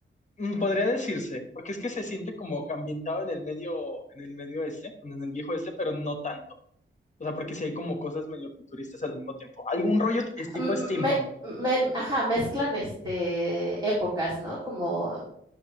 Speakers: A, on the left; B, on the right.
A: Mm, Podría decirse, porque es que se siente como que ambientado en el medio, en el medio este, en el viejo este, pero no tanto. O sea, porque sí hay como cosas medio futuristas al mismo tiempo. Algún rollo es tipo
B: m-
A: steampunk,
B: me, me- ajá, mezclan este épocas, ¿no? Como